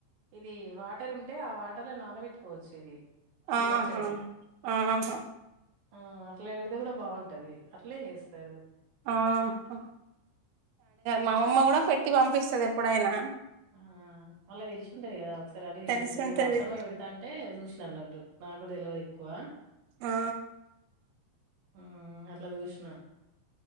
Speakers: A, on the right (about 55°); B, on the right (about 75°).
A: ఇది వాటర్ ఉంటే వాటర్ లో నానబెట్టుకోవచ్చు.
B: ఆహ
A: ఈ పచ్చడిది
B: ఆహ
A: ఆ అట్లా పెడితే కూడా బాగుంటది అట్లే చేస్తారు.
B: అహ <unintelligible> మా అమ్మమ్మ కూడా పెట్టి పంపిస్తది ఎప్పుడైనా.
A: ఆ వాళ్లకి తెలిసి ఉంటది కదా ఒకసారి అడిగి
B: తెలిసుంటది
A: తెలుసుకో నేను అత్తమ్మ పెడుతంటే చూసిన అన్నట్టు నాకుడా తెలవది ఎక్కువ.
B: ఆ
A: ఉమ్ అట్లా చూషి అ